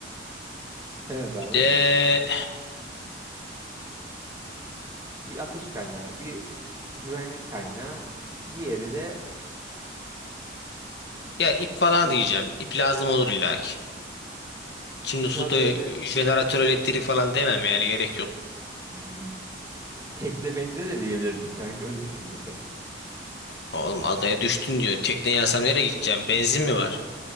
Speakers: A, on the right; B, on the left.
A: Evet abi.
B: bir de
A: Bir ateş kaynağı, bir güvenlik kaynağı, diğeri de
B: ya ip falan
A: bö-
B: diyeceğim ip lazım olur illaki. Şimdi
A: hiç
B: tutup
A: abi
B: da
A: böyle
B: jeneratör elektrik falan demem yani gerek yok.
A: <laughs> tekne bekle de diyebilirsin kanka öyle düşün mesela.
B: Oğlum adaya düştün diyor. Tekne yazsam nereye gideceğim? Benzin mi var?